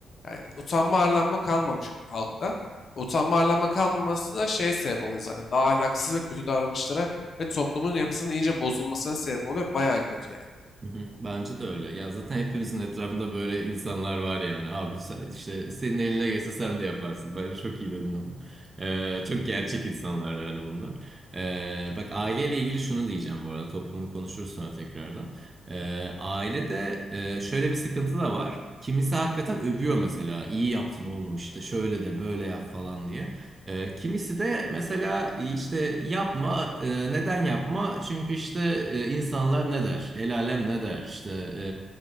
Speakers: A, on the left (about 60°); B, on the right (about 35°).
A: Yani utanma arlanma kalmamış halkta. Utanma arlanma kalmaması da şeye sebep oluyor zaten. Daha ahlaksız ve kötü davranışlara ve toplumun yapısının iyice bozulmasına sebep oluyor. Bayağı kötü yani.
B: Hı hı. Bence de öyle. Ya zaten hepimizin etrafında böyle insanlar var yani. Abi sen- işte senin eline geçse sen de yaparsın. Bence çok iyi dedin onu. Ee, çok gerçek insanlar yani bunlar. Ee, bak aileyle ilgili şunu diyeceğim bu arada. Toplumu konuşuruz sonra tekrardan. Ee, ailede e, şöyle bir sıkıntı da var. Kimisi hakikaten övüyor mesela. İyi yaptın oğlum işte şöyle de böyle yap falan diye. E, kimisi de mesela e, işte yapma, e, neden yapma? Çünkü işte e, insanlar ne der? El alem ne der? İşte, e,